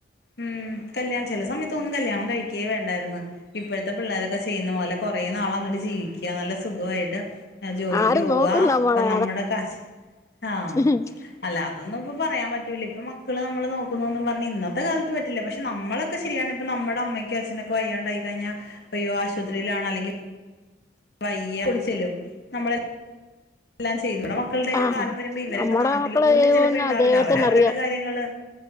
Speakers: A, on the left; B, on the left.
A: ഉം കല്യാണം ചില സമയത്ത് തോന്നും കല്യാണം കഴിക്ക്യേ വേണ്ടായിരുന്നു ഇപ്പോഴത്തെ പിള്ളേരൊക്കെ ചെയ്യുന്ന പോലെ കൊറേ നാളങ്ങട്ട് ജീവിക്ക്യ നല്ല സുഖവായിട്ട് ജോലിക്ക്
B: ആര്
A: പോവ
B: നോക്കും നമ്മളെ
A: ഒക്കെ നമ്മുടെ കാശ് ആഹ്
B: ഉം
A: അല്ല അതൊന്നുംപ്പൊ പറയാൻ പറ്റൂല ഇപ്പ മക്കള് നമ്മളെ നോക്കുന്നൊന്നും പറഞ്ഞ് ഇന്നത്തെ കാലത്ത് പറ്റില്ല പക്ഷെ നമ്മള് ഒക്കെ ശരിയാണ് ഇപ്പ നമ്മടെ അമ്മയ്ക്കും അച്നൊക്കെ വയ്യാണ്ടായിക്കഴിഞ്ഞാ അയ്യോ ആശുപത്രിയിലാണ് അല്ലെങ്കി വയ്യ ഓടിചെല്ലും നമ്മളെ എല്ലാം ചെയ്തുടണം <unintelligible> മക്കള്ടെയൊക്കെ
B: ആഹ്
A: കാലം വരുമ്പ ഇവരൊക്കെ
B: നമ്മടെ
A: നാട്ടില്
B: മക്കള്
A: പോലും
B: ചെയ്യുവോന്ന്
A: ചെലപ്പോ ണ്ടാവില്ല
B: ദൈവത്തിനറിയാം
A: അവര് അവര്ടെ കാര്യങ്ങള്